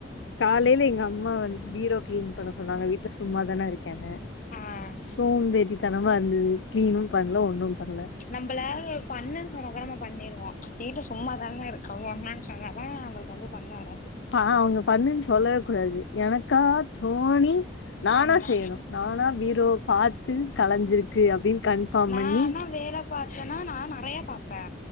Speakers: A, on the left; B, on the left.
A: காலையில எங்க அம்மா வந்துட்டு பீரோ கிளீன் பண்ண சொன்னாங்க வீட்ல சும்மாதான இருக் கனு
B: ஆ
A: சோம்பேறிதனமா இருந்து கிளீனு பண்ணல ஒண்ணும் பண்ணல
B: நம்மள பண்ணன்னு சொன்னா கூட நாம பண்ணிருவோ வீட்ல சும்மாதானே இருக்க பண்ணுன்னு சொ ன்னாதா நமளுக்கு வந்து பண்ண வராது
A: பா அவுங்க பண்ணுன்னு சொல்லவே கூடாது எனக்கா தோணி நானா
B: ஆமா
A: செய்யணு நானா பீரோவ பாத்து கலைஞ்சிருக்கு அப்டின்னு கன்ஃபார்ம்
B: நானா
A: பண்ணி
B: வேல பாத்தேன்னா நா நெறைய பாப்பே